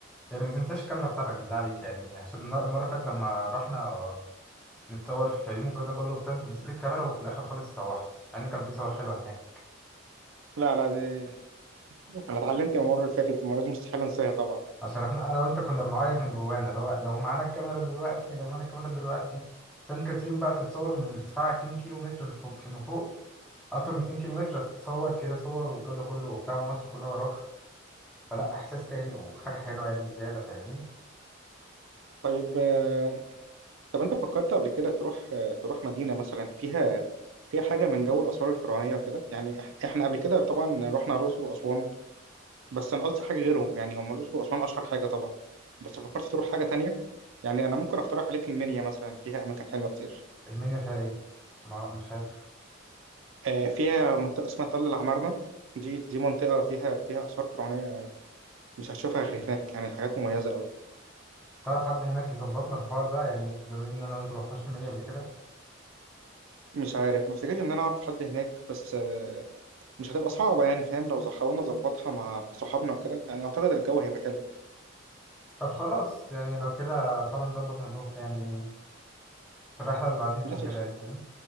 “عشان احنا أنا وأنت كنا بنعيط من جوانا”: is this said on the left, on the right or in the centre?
Centre